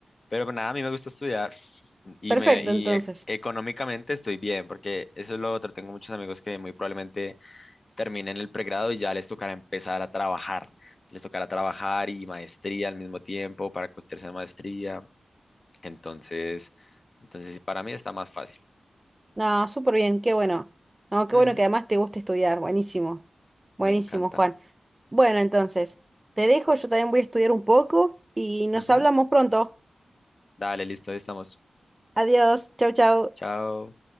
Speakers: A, on the left; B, on the right.
A: Pero nada, a mí me gusta estudiar y,
B: Perfecto,
A: me, y
B: entonces.
A: e- económicamente estoy bien, porque eso es lo otro. Tengo muchos amigos que muy probablemente terminen el pregrado y ya les tocará empezar a trabajar. Les tocará trabajar y maestría al mismo tiempo para costearse la maestría. Entonces, entonces para mí está más fácil.
B: No, súper bien, qué bueno. No, qué
A: Ujú,
B: bueno que además te gusta estudiar, buenísimo. Buenísimo,
A: Me encanta.
B: Juan. Bueno, entonces, te dejo, yo también voy a estudiar un poco y nos
A: Ujú.
B: hablamos pronto.
A: Dale, listo, ahí estamos.
B: Adiós, chau, chau.
A: Chao.